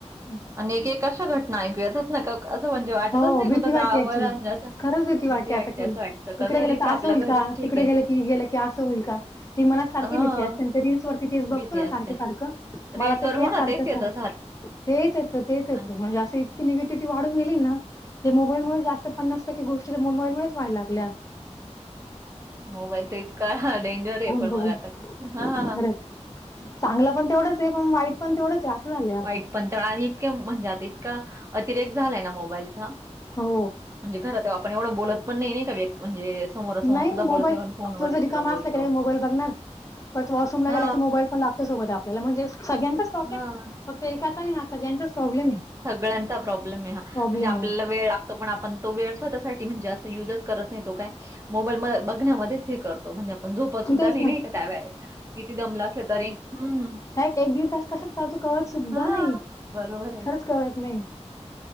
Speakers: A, on the left (about 25°); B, on the right (about 25°).
A: असं.
B: आणि एक एक कशा घटना ऐकूयातच ना का असं म्हणजे वाटत.
A: हो
B: नाही
A: भीती
B: कुठं
A: वाटते
B: जाव
A: ऍक्च्युली
B: असं
A: खरंच
B: भीती वाटते
A: आता की
B: असं वाटतं का
A: इकडे
B: घरीच
A: गेलं तर
B: आपल्या
A: असं होईल
B: घरीच
A: का
B: ठीक
A: तिकडे
B: आहे.
A: गेलं की गेलं असं होईल का? ती मनात सारकी
B: हं
A: भीती असते रिल्स वरती च बघतो
B: भीती
A: ना
B: असते.
A: सारख सारखं
B: रील्सवर
A: मला ते तेच
B: हो
A: सारखं
B: ना तेच
A: सारखं
B: येतं
A: तेच येतं तेच येतं
B: आणि
A: म्हणजे असं निगेटिव्हटी वाढून गेली ना ह्या मोबाईमुळे जास्त पन्नास टक्के गोष्टी मोबाईल मुळेच व्हाय लागल्या.
B: मोबाईल तर इतका डेंजर आहे पण
A: बघून
B: मग आता हा.
A: खरंच. चांगलं पण तेवढंच आहे पण वाईट पण तेवढंच आहे असं झालंय आता.
B: वाईट पण त आणि इतके म्हणजे आता इतका अतिरेक झालाय ना मोबाईलचा.
A: हो.
B: म्हणजे घरात आपण एवढं बोलत पण नाही नाही का व्यक् म्हणजे समोरासमोर
A: नाही
B: सुद्धा बोलत
A: मोबाईल
B: नाही पण फोनवर
A: थोडस
B: इतकं
A: रिकाम
B: बोलतो.
A: असला की लगे मोबाईल बघणार. परत वॉशरूमला
B: हो,
A: गेला की मोबाईल पण लागतो सोबत आपल्याला म्हणजे सगळ्यांच प्रॉब्लेम.
B: हां.
A: एकाचा नाही हा सगळ्यांचाच प्रॉब्लेम आहे.
B: सगळ्यांचा प्रॉब्लेम आहे हा, म्हणजे
A: प्रॉब्लेम
B: आपल्याला
A: आहे.
B: वेळ लागतो पण आपण तो वेळ स्वतःसाठी म्हणजे जास्त युजच करत नाही तो काय मोबाईल म बघण्यामध्येच हे करतो. तो म्हणजे आपण झोपत सुद्धा
A: तेच
B: नाही नाही
A: ना.
B: का त्यावेळला किती दमल असलं तरी हम‌.
A: ह्यात एक दीड तास कसच चालतो कळत सुद्धा
B: हां,
A: नाही
B: बरोबर आहे.
A: खरंच कळत नाही.